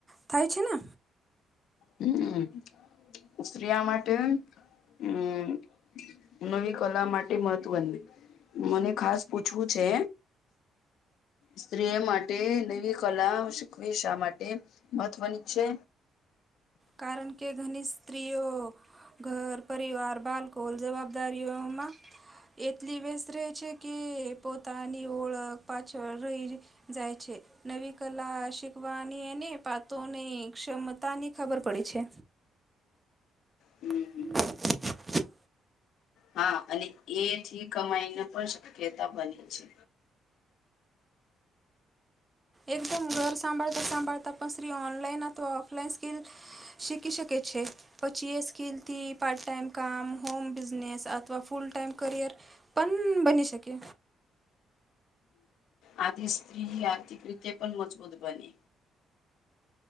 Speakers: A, on the right; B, on the left.
A: થાય છે ને
B: હમ સ્ત્રીિયા માટે હમ નવી કલા માટે મહત્વને મને ખાસ પૂછવું છે સ્ત્રીઓ માટે નવી કલા શખ શા માટે મહત્વની છે
A: કારણ કે ઘન સ્ત્રીઓ ઘર પરિવાર બાળકો જવાબદારીઓમાં એટલી વ્યસ્ત રહે છે કે પોતાની ઓળખ પાછળ રહી જાય છે નવી કલા શીખવાની એ પાતોની ક્ષમતાની ખબર પડી છે
B: હમ
A: <inaudible>
B: હા અને એથી કમાઈને પણ શક્યતા બને છે
A: એકદમ ઘર સાંભાળતા સાંભાળતા પણ સ્ત્રી ઓનલાઈન અથવા ઓફલાઈન સ્કિલ શીખી શકે છે પછી એ સ્કેલથી પાર્ટ ટાઈમ કામ હોમ બિઝનેસ અથવા ફુલ ટાઈમ કરિયર પણ બની શકે
B: આ સ્ત્રી આર્થિક રીતે પણ મજબૂત બને